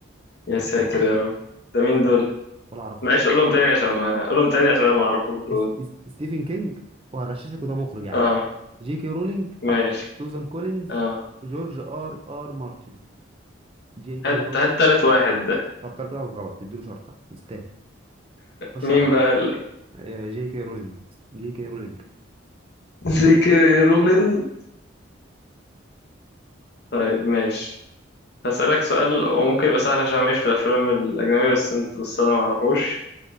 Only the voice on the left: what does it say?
يا ساتر يا رب ده مين دول؟
معلش قولهم تاني عشان ما قولهم تاني عشان أنا معرفوش دول
آه
ماشي
آه
هات
هات تالت واحد ده
مين
بقى ال...
جيكي رولينج طيب ماشي هسألك سؤال وممكن يبقى سهل عشان ماليش في الأفلام الأجنبية بس أنت بس أنا معرفوش